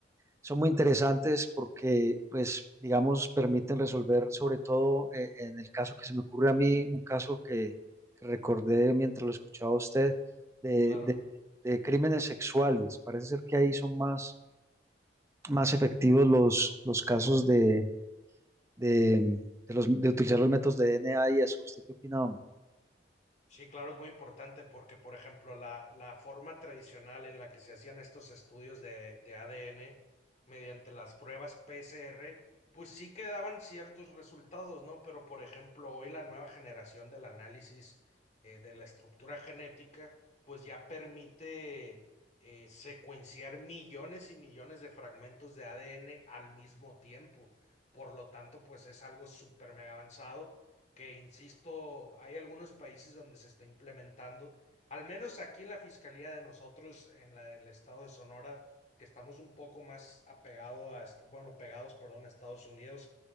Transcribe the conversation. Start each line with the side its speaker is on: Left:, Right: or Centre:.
Right: son muy interesantes porque, pues, digamos, permiten resolver, sobre todo eh, en el caso que se me ocurre a mí, un caso que, que recordé mientras lo escuchaba a usted, de,
Left: Claro.
Right: de- de crímenes sexuales. Parece ser que ahí son más, más efectivos los, los casos de de, de los, de utilizar los métodos de DNA y eso. ¿Usted qué opina, hombre?
Left: Sí, claro, es muy importante porque, por ejemplo, la, la forma tradicional en la que se hacían estos estudios de, de ADN mediante las pruebas PCR, pues sí que daban ciertos resultados, ¿no? Pero, por ejemplo, hoy la nueva generación del análisis eh, de la estructura genética, pues ya permite eh, secuenciar millones y millones de fragmentos de ADN al mismo tiempo. Por lo tanto, pues es algo súper mega avanzado que, insisto, hay algunos países donde se está implementando, al menos aquí en la Fiscalía de nosotros, en la del Estado de Sonora, que estamos un poco más apegado a, est- bueno, pegados, perdón, a Estados Unidos,